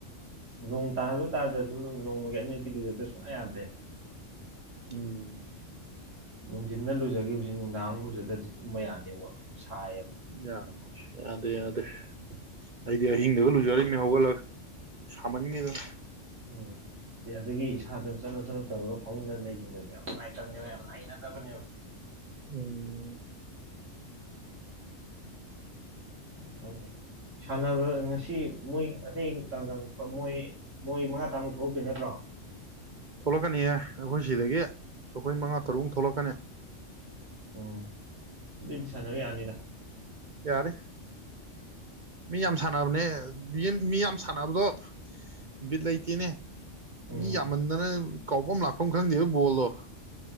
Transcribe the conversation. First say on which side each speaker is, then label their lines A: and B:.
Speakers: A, on the right; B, on the right.
A: ꯅꯣꯡ ꯇꯥꯔꯁꯨ ꯇꯥꯗ꯭ꯔꯁꯨ ꯑꯗꯨꯝ ꯅꯣꯡꯃꯒꯤ ꯑꯅꯤꯔꯛꯇꯤ ꯂꯨꯖꯗ ꯁꯨꯡꯌꯥ ꯌꯥꯗ꯭ꯔꯦ
B: ꯎꯝ
A: ꯅꯨꯡꯊꯤꯟꯗ ꯂꯨꯖꯒꯤꯈꯤꯕꯁꯤ ꯅꯨꯡꯗꯥꯡ ꯂꯨꯖꯗ꯭ꯔꯗꯤ ꯇꯨꯝꯕ ꯌꯥꯗꯦꯕ ꯁꯥꯏꯌꯦꯕ
B: ꯌꯥ ꯌꯥꯗꯦ ꯌꯥꯗꯦ ꯑꯩꯗꯤ ꯑꯍꯤꯡꯗꯒ ꯂꯨꯖꯔꯤꯅꯦ ꯍꯧꯒꯠꯂꯒ ꯁꯥꯃꯟꯒꯤꯗꯅ
A: ꯎꯝ ꯑꯗꯨꯗꯒꯤ ꯏꯁꯥꯗ ꯆꯠꯅꯞ ꯆꯠꯅꯞ ꯇꯧꯔꯒ ꯐꯃꯨꯡꯗ ꯂꯩꯁꯤꯟꯕꯁꯨ ꯌꯥꯝ ꯅꯨꯡꯉꯥꯏꯇꯕꯅꯦꯕ ꯌꯥꯝ ꯍꯩꯅꯗꯕꯅꯦꯕ
B: ꯎꯝ
A: ꯈꯪꯗꯦ ꯁꯥꯟꯅꯕ ꯉꯁꯤ ꯃꯣꯏ ꯑꯇꯩ ꯀꯅꯥ ꯀꯅꯥ ꯀ ꯃꯣꯏ ꯃꯣꯏ ꯃꯉꯥ ꯇꯔꯥꯃꯨꯛ ꯊꯣꯛꯂꯛꯇꯨꯏ ꯅꯠꯇ꯭ꯔꯣ
B: ꯊꯣꯛꯂꯛꯀꯅꯤꯍ ꯑꯩꯈꯣꯏ ꯁꯤꯗꯒꯤ ꯑꯩꯈꯣꯏ ꯃꯉꯥ ꯇꯔꯨꯛꯃꯨꯛ ꯊꯣꯛꯂꯛꯀꯅꯤ
A: ꯎꯝ ꯑꯗꯨꯏꯗꯤ ꯁꯥꯟꯅꯕ ꯌꯥꯅꯤꯗ
B: ꯌꯥꯔꯦ ꯃꯤ ꯌꯥꯝ ꯁꯥꯟꯅꯕꯅꯦ ꯃꯤ ꯌꯥꯝ ꯁꯥꯟꯅꯕꯗꯣ ꯕꯤꯠ ꯂꯩꯇꯦꯅꯦ
A: ꯎꯝ
B: ꯃꯤ ꯌꯥꯝꯃꯟꯗꯅ ꯀꯥꯎꯐꯝ ꯂꯥꯛꯐꯝ ꯈꯪꯗꯦꯕ ꯕꯣꯜꯗꯣ